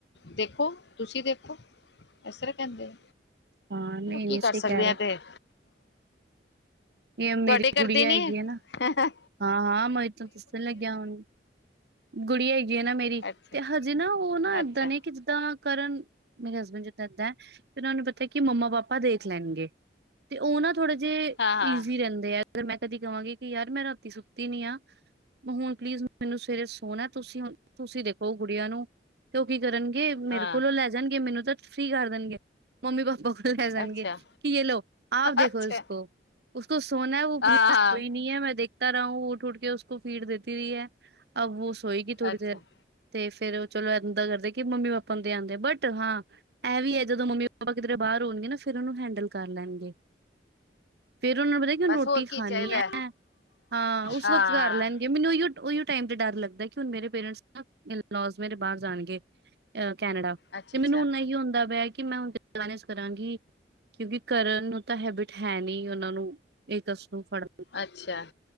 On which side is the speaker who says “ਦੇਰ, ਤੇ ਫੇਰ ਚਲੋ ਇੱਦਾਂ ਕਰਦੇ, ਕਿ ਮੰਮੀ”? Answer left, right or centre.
Right